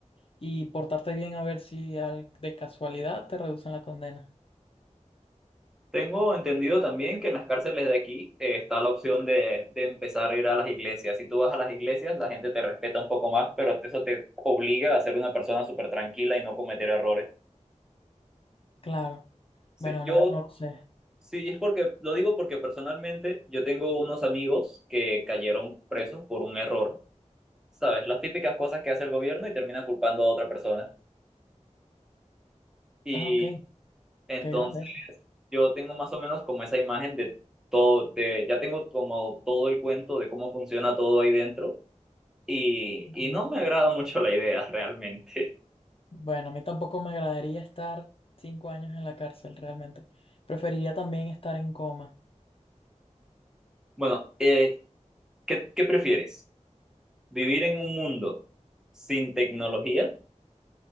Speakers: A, on the left; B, in the centre.
A: y portarte bien a ver si al- de casualidad te reducen la condena.
B: Tengo entendido también que en las cárceles de aquí eh, está la opción de, de empezar a ir a las iglesias. Si tú vas a las iglesias, la gente te respeta un poco más, pero eso te obliga a ser una persona súper tranquila y no cometer errores.
A: Claro.
B: Sí,
A: Bueno,
B: yo
A: no, no lo sé.
B: Sí, y es porque, lo digo porque personalmente yo tengo unos amigos que cayeron presos por un error, ¿sabes? Las típicas cosas que hace el gobierno y termina culpando a otra persona. Y
A: Ah, ok,
B: entonces
A: qué grave eso.
B: yo tengo más o menos como esa imagen de todo, de, ya tengo como todo el cuento de cómo funciona todo ahí dentro y,
A: Ujú.
B: y no me agrada mucho la idea <laughs> realmente.
A: Bueno, a mí tampoco me agradaría estar cinco años en la cárcel realmente. Preferiría también estar en coma.
B: Bueno, eh, ¿qué, qué prefieres? ¿Vivir en un mundo sin tecnología?